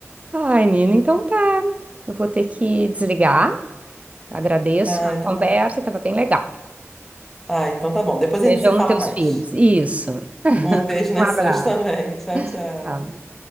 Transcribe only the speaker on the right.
Ai, Nina, então tá. Eu vou ter que desligar. Agradeço
a
conversa,
estava bem legal.
Beijão
nos teus
filhos. Isso.
Um abraço.
Tchau.